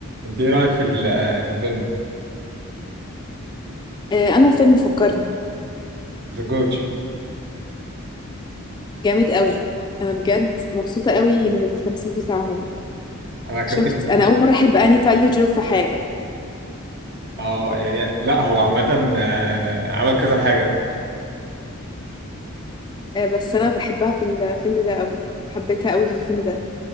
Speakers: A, on the right; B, on the left.
A: انت ايه رايك في ال- في الفيلم
B: آه، أنه فيلم فكرني
A: ذا جورج
B: جامد قوي أنا بجد مبسوطة قوي من التمثيل بتاعهم
A: انا كان
B: شفت
A: نفسي
B: أنا أول مرة أحب أني تايلر جيرو في حاجة
A: اه يعني لا هو عامه آه، عمل كذا حاجه
B: آه، بس أنا بحبها في الفيلم ده قوي حبيتها قوي في الفيلم ده